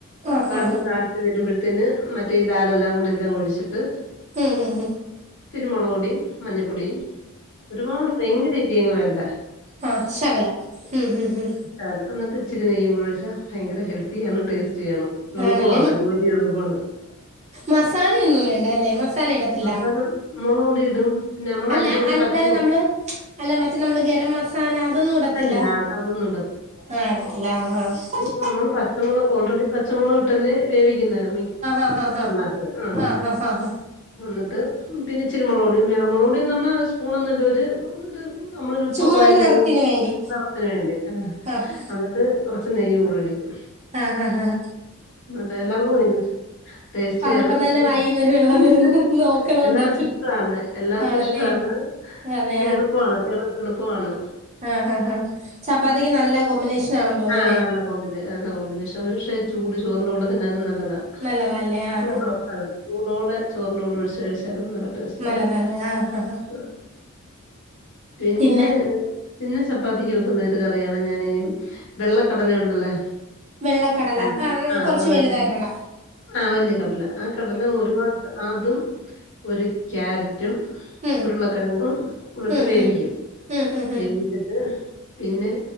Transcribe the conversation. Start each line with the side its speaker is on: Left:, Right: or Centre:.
Right: ആ
Left: വാ-
Right: ഹാ ഹാ
Left: വെന്ത് വെരുമ്പഴ്ത്തേന് മറ്റേ ഈ ദാലെല്ലാം കൂടി ഇതിലങ്ങ് ഒഴിച്ചിട്ട്.
Right: ഉം ഹു ഹു
Left: ഇത്തിരിമൊളക് പൊടീം മഞ്ഞപ്പൊടിയും ഒരുപാട് ഭയങ്കര എരിയങ്ങ് വേണ്ട.
Right: അ ശകലം ഹ് ഹ് ഹ്
Left: ഏറക്കുന്നട്ട് ഇച്ചിരി നെയ്യും കൂടി ഒഴിച്ചാ ഭയങ്ക ഹെൽത്തിയാണ് ടേസ്റ്റ്- യാണ് എളുപ്പവാണ്
Right: ആണല്ലേ മ
Left: ജോലി എളുപ്പാണ്.
Right: മസാലയൊന്നും വേണ്ട അല്ലേ മസ- സാല ഇടത്തില്ല
Left: മസാല മുളക്പൊടി ഇടും പിന്നെ നമ്മൾ
Right: അല്ല
Left: അയിന്റെ കൂടെ
Right: അല്ലാതെ
Left: പച്ചമു
Right: നമ്മള് അല്ല മറ്റേ നമ്മള് ഗരം മസാല അതൊന്നും ഇടത്തില്ല
Left: അല്ലല്ല അത് അതൊന്നും
Right: ആ ഇടത്തില്ല ആ ആ
Left: ന്നമ്മള് പച്ചമുളക് ഓൾറെടി പച്ചമുളക്ട്ടെല്ലെ വേവിക്ക്‌ന്നത് മിക്-
Right: ആഹ്
Left: കുക്കർനാത്ത്
Right: ആഹ് ആഹ് ആഹ്
Left: ആഹ
Right: ആഹ് ആഹ് ആഹ് ആഹ്
Left: എന്ന്ട്ട് പിനെ ഇച്ചിരി മൊളക്പൊടീം മ്യാ മൊളക്പൊടിന്നർഞ്ഞാ ഒര്സ്പൂണൊന്ന് ല്ലൊര് ഒര്- നമ്മളിയിലുപ്പൊക്കെ
Right: ചുമ്മാ
Left: വാരി
Right: ഒരു
Left: ഇടുപോലെ
Right: നിറത്തിന് വേണ്ടി
Left: നെറത്തിന് വേണ്ടി ആ
Right: ആഹ്
Left: അന്നട്ട് കൊറച്ച് നെയ്യും കൂടി ഒഴിക്കും.
Right: അ ഹാ ഹഹ
Left: അതെല്ലാർ പോയിനു ടേസ്റ്റിയാണ്
Right: പറഞ്ഞപ്പം തന്നെ
Left: ഹ്
Right: വായീന്നൊരു
Left: ഹ്
Right: വെള്ളം വരുന്നു
Left: ഹ് ഹ്
Right: നോക്കണം
Left: എല്ലാവർക്കും
Right: ഉണ്ടാക്കി
Left: ഇഷ്ട്ടാണ് എല്ലാർക്കും
Right: ആണല്ലേ
Left: ഇഷ്ട്ടാണ്
Right: അതെ
Left: പിനെ എളുപ്പവാണ് എളു എളുപ്പമാണ്.
Right: ആഹ ഹാ ഹാ ചപ്പാത്തിക്ക് നല്ല കോമ്പിനേഷൻ ആണെന്ന് തോന്നുന്നല്ലേ
Left: ആഹ് നല്ല കോമ്പിന് നല്ല കോമ്പിനേഷ പക്ഷേ ചൂട് ചോറിന്റെ കൂടെ തിന്നാനും നല്ലതാ. ഹ
Right: നല്ലതാല്ലേ ആഹ്
Left: ചൂട്
Right: ആഹ്
Left: ഉണ്ട് ചൂടോടെ ചോറിന്റെ കൂടെ ഒഴിച്ച് കഴിച്ചാലും നല്ല്താ. ട്ടേസ്റ്റാണ്
Right: നല്ലതാല്ലേ
Left: അ
Right: ആഹ് ആഹ്
Left: പിനെ
Right: പിന്നെ
Left: ട്ട് പിനെ ചപ്പാത്തിക്ക് വെക്കുന്ന ഒരു കറിയാണ് ഞാന് വെള്ളക്കടല ഉണ്ടല്ലൊ.
Right: വെള്ളക്കടല
Left: പട്ടാണ് ആ
Right: കൊറച്ച്
Left: വെള്ളക്കടല
Right: വലുതായിട്ടുള്ള
Left: ആ വലിയ കടല ആ കടല ഒരുപാ- അതും ഒരു ക്യാരറ്റ്- റ്റും
Right: ഉം
Left: ഉരുളക്കെഴങും കൂടെട്ട്
Right: ഉം
Left: വേവിക്കും
Right: ഉം ഉം ഉം
Left: പിൻ- എന്ന്ട്ട് പിനെ